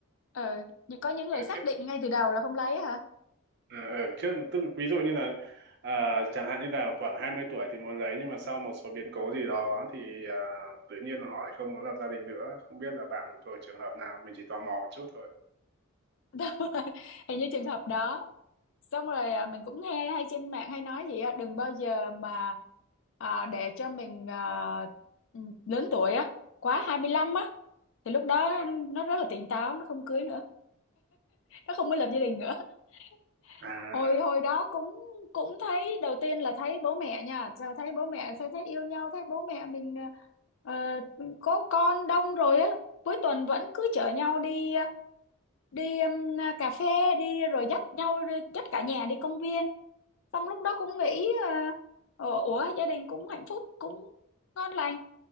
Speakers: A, on the left; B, on the right.
A: ờ, những- có những người
B: ở
A: xác
B: trước
A: định ngay từ đầu là không lấy á hả?
B: ở trước tức là ví dụ như là à, chẳng hạn như là khoảng 20 tuổi thì muốn lấy nhưng mà sau một số biến cố gì đó thì à, tự nhiên là họ lại không muốn lập gia đình nữa không biết là bạn thuộc trường hợp nào mình chỉ tò mò một chút thôi
A: <laughs> Đúng rồi. Hình như trường hợp đó xong rồi à, mình cũng nghe hay trên mạng hay nói gì á đừng bao giờ mà à, để cho mình à, ừ, lớn tuổi á quá 25 á thì lúc đó
B: à
A: nó rất là tỉnh táo nó không cưới nữa nó không có lập gia đình nữa <laughs>
B: à
A: hồi hồi đó cũng cũng thấy đầu tiên là thấy bố mẹ nha Sao thấy bố mẹ sao thấy yêu nhau thấy bố mẹ mình à, ờ, có con đông rồi á cuối tuần vẫn cứ chở nhau đi à, đi um, cà phê đi rồi dắt nhau đi- dắt cả nhà đi công viên xong lúc đó cũng nghĩ uh, ủa gia đình cũng hạnh phúc cũng ngon lành